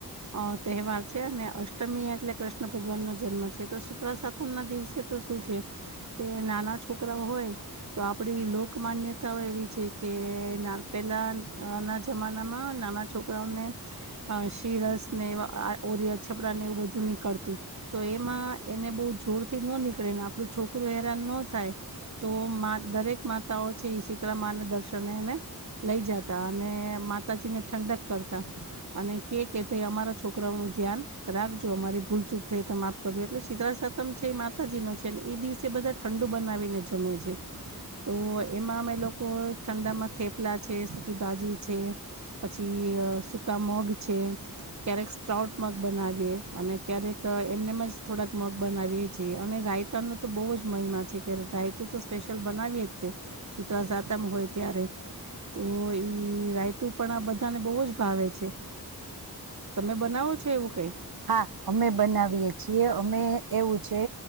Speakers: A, on the right; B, on the right.
A: અ તહેવાર છે અને અષ્ટમી એટલે કૃષ્ણ ભગવાન નો જન્મ છે તો શીતા સાતમ ના દિવસે તો શું છે કે નાના છોકરા હોય તો આપણી લોક માન્યતાઓ એવી છે કે પહેલા ના જમાનામાં નાના છોકરાઓને શીળસ ને ઓરિય છપડા ને એવું બધું નીકળતું તો એમાં એને બહુ જોરથી ન નીકળે ને આપણું છોકરું હેરાન ન થાય તો દરેક માતા છે શીતળામાંને દર્શને એને લઈ જતા અને માતાજીને ઠંડક કરતા અને કે કે ભાઈ અમારા છોકરાઓ નું ધ્યાન રાખજો અમારી ભૂલચૂક થઈ તો માફ કરજો એટલે શીતળા સતમ છે એ માતાજીનો છે ને એ દિવસે બધા ઠંડુ બનાવીને જમે છે. તો એમાં અમે લોકો ઠંડામાં થેપલા છે સુકી ભાજી છે પછી સૂકા મગ છે ક્યારેક સ્ટ્રાઉટ મગ બનાવીએ અને ક્યારેક એમને થોડાક મગ બનાવીએ છીએ અને રાયતાનો તો બહુ જ મહિમા છે કે રાયતું તો સ્પેશિયલ બનાવીએ જ. શીતળા સાતમ હોય ત્યારે તો રાયતુ પણ આ બધાને બહુ જ ભાવે છે તમે બનાવો છો એવું કઈ
B: હા અમે બનાવીએ છીએ અમે એવું છે.